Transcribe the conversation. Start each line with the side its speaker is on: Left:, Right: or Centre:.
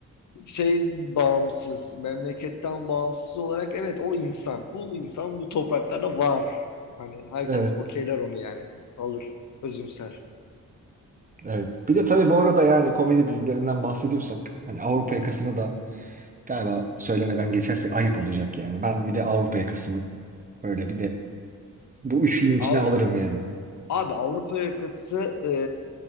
Left: şey bağımsız, memleketten bağımsız olarak evet o insan, bu insan bu topraklarda var. Hani herkes
Right: Evet
Left: okeyler onu yani. Alır, özümser.
Right: evet. Bir de tabii bu arada yani komedi dizilerinden bahsediyorsak hani Avrupa yakasını da galiba söylemeden geçersek ayıp olacak yani. Ben bir de Avrupa yakasını böyle bir de bu üçlünün içine
Left: Av-
Right: alırım yani.
Left: abi Avrupa yakası e,